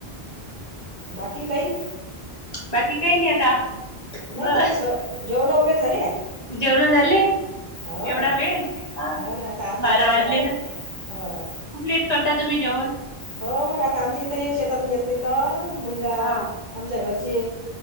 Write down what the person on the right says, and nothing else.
बाकी काही
नाही
स जेवणं वगैरे झाले काय
हो
काय
हो ना आता आता
आराम
करता नाही
हो हो
हो मग आता आमच्या इथे हे शेतातून येतेत ना मुलगा
आमच्या घरचे.